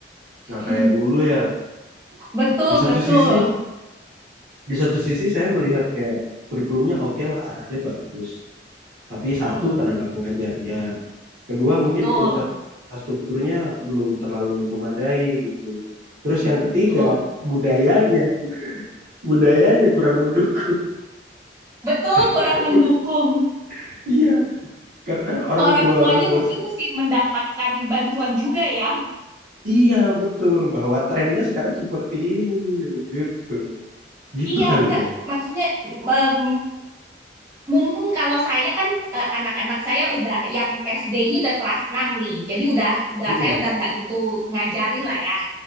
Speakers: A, on the right (about 55°); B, on the right (about 15°).
A: nggak
B: Mm,
A: kayak dulu ya.
B: Betul,
A: Di satu
B: betul.
A: sisi, di satu sisi saya melihat kayak kurikulumnya oke lah, arahnya bagus. Tapi
B: Mm,
A: satu tenaga pengajarnya, kedua
B: Betul,
A: mungkin infrastrukturnya belum terlalu memadai gitu. Terus yang
B: betul.
A: ketiga, budayanya budayanya kurang mendukung.
B: Betul, kurang
A: <laughs>
B: mendukung.
A: Iya, karena orang
B: Orang
A: tua
B: tuanya
A: orang tua
B: mungkin
A: sek-
B: mesti mendapatkan bantuan juga ya.
A: iya betul bahwa trennya sekarang seperti ini begitu. Gitu
B: Iya,
A: kali
B: enggak,
A: ya.
B: maksudnya em, Mungkin kalau saya kan eh, anak-anak saya udah yang SD ini udah kelas 6 nih. Jadi udah udah
A: Mm-mm,
B: saya udah nggak gitu ngajarin lah ya.